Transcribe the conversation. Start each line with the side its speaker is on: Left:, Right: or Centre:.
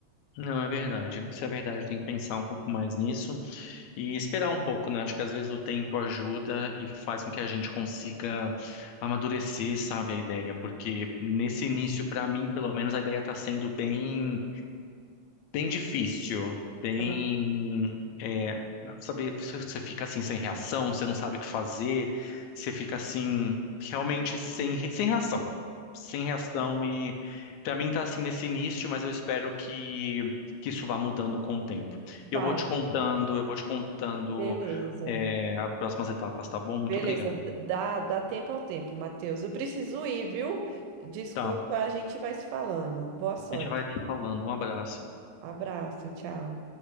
Left: Não, é verdade. Isso é verdade, eu tenho que pensar um pouco mais nisso e esperar um pouco, né? Acho que às vezes o tempo ajuda e faz com que a gente consiga amadurecer, sabe, a ideia, porque nesse início, para mim, pelo menos, a ideia está sendo bem. Bem difícil, bem,
Right: Ah,
Left: é, sabe, você você fica assim sem reação, você não sabe o que fazer, você fica assim realmente sem, re- sem reação, sem reação e pra mim tá assim nesse início, mas eu espero que que isso vá mudando com o tempo.
Right: Vai,
Left: E eu vou te contando, eu vou te contando
Right: beleza.
Left: é, as próximas etapas, tá bom? Muito
Right: Beleza,
Left: obrigado.
Right: dá, dá tempo ao tempo, Matheus. Eu preciso ir, viu? Desculpa,
Left: Tá, a
Right: a gente vai se falando. Boa sorte.
Left: gente vai te falando. Um abraço.
Right: Abraço, tchau.